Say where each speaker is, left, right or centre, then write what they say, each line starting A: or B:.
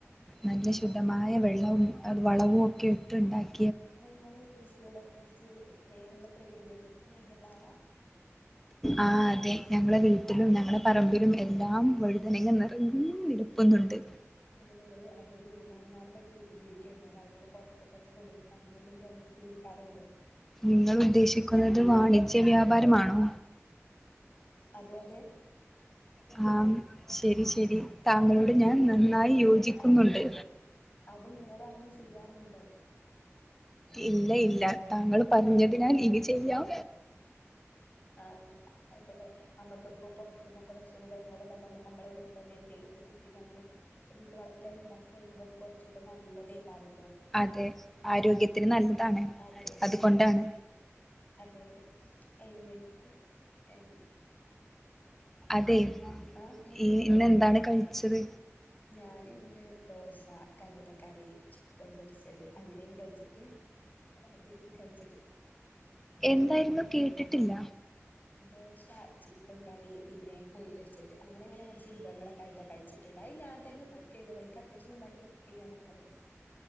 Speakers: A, in the centre; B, on the left (about 35°).
A: നല്ല ശുദ്ധമായ വെള്ളവും വളവും ഒക്കെ ഇട്ട്ണ്ടാക്കി
B: നിങ്ങള്ടെ കൃഷിയോടൊക്കെ കുറച്ച് സ്നേഹ പ്രകൃ പ്രതിയോട് സ്നേഹള്ള ആളാ <unintelligible>
A: ആ അതെ ഞങ്ങളുടെ വീട്ടിലും ഞങ്ങളടെ പറമ്പിലും എല്ലാം വഴുതനങ്ങ നിരയെ നിരപ്പുന്നുണ്ട്
B: പിന്നെ നിങ്ങള് അതൊരു വരുമാനമാർ ഉപയോഗിക്കേണ്ട് അതായത് ഇപ്പ പുറ ൊക്കെ കൊടു അങ്ങനെ എന്തെങ്കിലൊക്കെട്ട് ഉപയിക്കാറുണ്ടോ
A: നിങ്ങൾ ഉദ്ദേശിക്കുന്നത് വാണിജ്യ വ്യാപാരമാണോ?
B: അതെ അതെ
A: ആഹ് ശരി ശ രി താങ്കളോട് ഞാൻ നന്നായി യോജിക്കുന്നുണ്ട്
B: അത് നിങ്ങള് അങ്ങനെ ചെയ്യാറുണ്ടോ?
A: ഇല്ല ഇല്ല താങ്കളും പറഞ്ഞത് ഞാ ഇനി ചെയ്യാം.
B: ആഹ് അയിക്കോട്ടെ നമുക്ക് പ്പോ പൊർത്ത്ന്നൊക്കെ ഭക്ഷണം കഴിക്ണാട്ടിലും നല്ലെ നമ നമ്മളെ വീട്ടിലെന്നെ എന്തെങ്ലും കുക്ക് ചെയതങ്ങനെ വീട്ട് വളത്തിലന്നെ ഉണ്ടാക്കി കഴിക്കുമ്പം കുറച്ച് കൂടെ നല്ലതേക്കാരം
A: അതെ ആരോഗ്യത്തിന് നല്ലതാണ്
B: അതെ
A: അതുകൊണ്ടാണ്.
B: അതെ അതെ എന്നിട്ട് എന്ന്
A: അതെ
B: ആ പറയ്
A: ഈ ഇന്നെന്താണ് കഴിച്ചത്?
B: ഞാനിന്ന് ദോശ കടല കറി ചിക്കൻ പൊരിച്ചത് അങ്ങനെയങ്ങ് കഴിച്ചിട്ട് അതി <unintelligible>
A: എന്തായിരുന്നു കേട്ടിട്ടില്ല
B: ദോശ ചിക്കൻ ക റി പിന്നെ കോഴി പൊരിച്ചത് അങ്ങനെങ്ങന കൊറച്ച് വിവങ്ങളൊക്കായിട്ട കഴിച്ചിട്ടുണ്ടയ് അത് ഞാൻ തന്നെ കുക്ക് ചെയ്തതാ ഇൻക്ക ജസ്റ്റ് നന്നായിട്ട് കുക്ക് ചെയ്യാനൊക്കെ അറിയാം